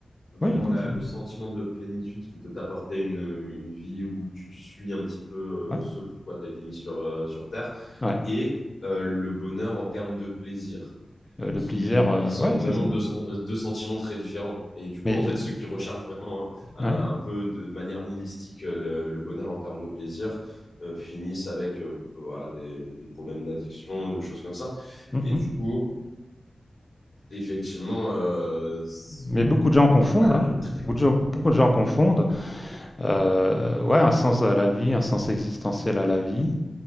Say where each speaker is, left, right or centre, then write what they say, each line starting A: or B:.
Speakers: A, on the left; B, on the left.
A: vraiment
B: Oui, ils confondent,
A: la, le sentiment de plénitude que peut t'apporter une, une vie où tu suis un petit peu euh,
B: ouais,
A: ce pourquoi tu as été mis sur, euh, sur Terre
B: ouais.
A: et euh, le bonheur en termes de plaisir.
B: Euh, le
A: qui
B: plaisir, euh,
A: sont
B: ouais,
A: vraiment
B: c'est ça.
A: deux, sen- deux sentiments très différents. Et du coup,
B: Mais,
A: en fait,
B: l-
A: ceux qui recherchent vraiment un,
B: ouais.
A: un peu de, de manière nihilistique euh, le, le bonheur en termes de plaisir euh, finissent avec euh, voilà, des, des problèmes d'addiction, de choses comme ça.
B: Mhm.
A: Et du coup, effectivement, euh, c-
B: Mais beaucoup de gens confondent,
A: ouais.
B: hein.
A: je-
B: Beaucoup de gens, beaucoup de gens confondent, euh, ouais, un sens à la vie, un sens existentiel à la vie,